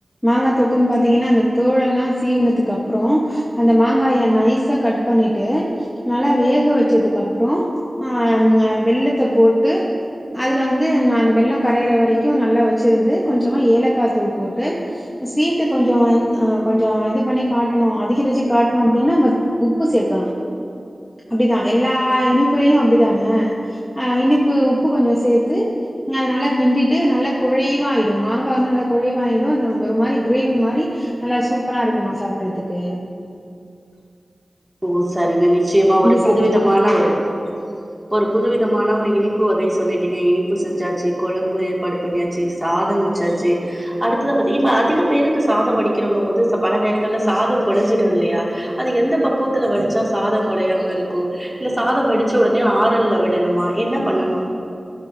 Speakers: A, on the left; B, in the centre.
A: மாங்கா தொக்குன் பாத்தீங்னா அந்த தோலல்லா சீவுனதுக்கப்றோ அந்த மாங்காய நைஸா கட் பண்ணிட்டு நல்லா வேக வச்சதுக்கப் ப்றோ ஆ ம வெல்லத்த போட்டு அதுல வந்து அந்த வெல்லோ கரையிற வரைக்கூ நல்லா வச்சிருந்து கொஞ்சமா ஏலக்கா தூள் போட்டு ஸ்வீட்டு கொஞ்சோ ஆன் அ கொஞ்சோ இது பண்ணி காட்டணூ அதிகரிச்சு காட்டணூ அப்டின்னா பட் உப்பு சேக்கணூ அப்டிதா எல்லா இனிப்புலயூ அப்டிதானே ஆ இனிப்பு உப்பு கொஞ்சோ சேத்து அத நல்லா கிண்டிட்டு நல்லா குழைவா ஆயிடூ மாங்கா வந்து நல்லா குழைவா ஆயிடூ அது ஒரு மாரி கிரேவி மாரி நல்லா சூப்பரா இருக்குமா சாப்பிட்றதுக்கு
B: ஓ சரிங்க நிச்சயமா ஒரு
A: சாப்பிடுவாங்க.
B: புதுவிதமான ஒரு ஒரு புது விதமான ஒரு இனிப்பு வகை சொல்லிட்டீங்க இனிப்பு செஞ்சாச்சு கொழம்பு ஏற்பாடு பண்ணியாச்சு சாதம் வச்சாச்சு அடுத்தது பாத்தீங்க இப்ப அதிக பேருக்கு சாதோ வடிக்கிறவங்க போது பல நேரங்கலா சாதோ கொழஞ்சிடூல்லையா அது எந்த பக் குவத்துல வடிச்சா சாதோ கொழேயாம இருக்கூ இல்ல சாதோ வடிச்சோனே ஆறல்ல விடணுமா என்ன பண்ணணூ